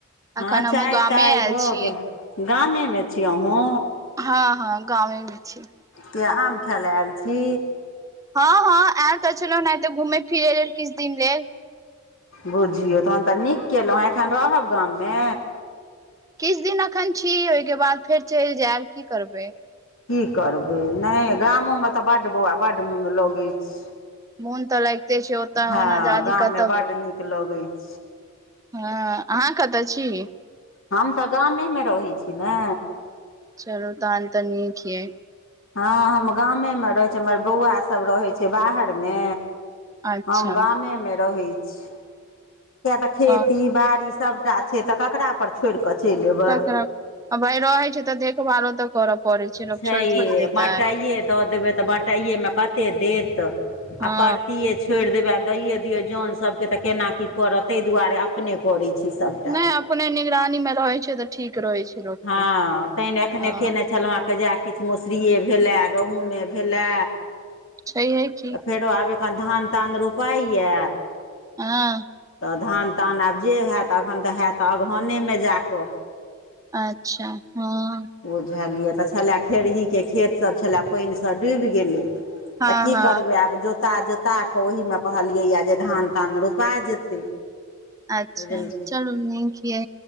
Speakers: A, on the left; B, on the right.
A: हैं
B: अखन हमहुँ
A: चाय
B: गामे
A: ताय
B: आयल
A: भऽ
B: छी
A: गेल गामे मे छी अहुँ
B: ह गाम मे छी
A: तो य आम खायलै आइल छी
B: ह आएल तऽ चलो नेते घूमे फिरे लेल किछ दिन लेल
A: बुझियौ तहन तऽ नीक केलौ एखन रहब गाम मे
B: किछ दिन अखन छी ओहिके बाद फेर चलि जायब की करबै
A: की करबै नहि गामोमे तऽ बड्ड बौआ बड्ड मुन लगैछै
B: मोन तऽ लागिते छै ओतऽ
A: ह
B: ओना जादी
A: गांममे
B: कतऽ
A: बड्ड निकल लगैछै
B: हॅं अहाँ कतऽ छी?
A: हम तऽ गामेमे रहै छी न
B: चलु तहन तऽ नीक हय
A: हँ हम गामेमे रहै छियै हमर बौआ सब रहै छै बाहरमे
B: अच्छा
A: हम गामेमे रहै छी, कियाकि तऽ खेती
B: और
A: बाड़ी सबटा छै तऽ ककरा पर छोरि कऽ चलि एबै।
B: ककरा आ भाय रहै छै तऽ देखभालो तऽ करऽ पड़ै छै। लोक
A: छैहे
B: छोड़ि थोड़ी देतै
A: बटाइए दऽ देबै तऽ ब बटाइये मे कते देत आ
B: हँ
A: परतीये छोड़ि देबै आ दैए दियौ जन सबके तऽ केना की करत ताहि दुआरे अपने करै छी सबटा
B: नहि अपने निगरानी मे रहै छै तऽ ठीक रहै छै। लोकके
A: हँ तैं ने अखने
B: हँ
A: कयने छलहुँ हेँ आ फेर किछु मसुरिए भेलए गहुमे भेलए
B: छैहे कि
A: तऽ फेरो आब एखन धान तान रोपाइए
B: हँ
A: तऽ धान तान आब जे ह‌एत अखन तऽ ह‌एत अगहनेमे जा कऽ
B: अच्छा हँ
A: बुझलियै तऽ छलय खेरहीके खेतसभ छलय पानिसँ डुबि गेलै।
B: हँ
A: तऽ की
B: हँ
A: करबै आब जोता- जोता कऽ ओहीमे कहलियैए जे धान तान रोपा जेतै।
B: अच्छा
A: बुझल
B: चलू नीक ये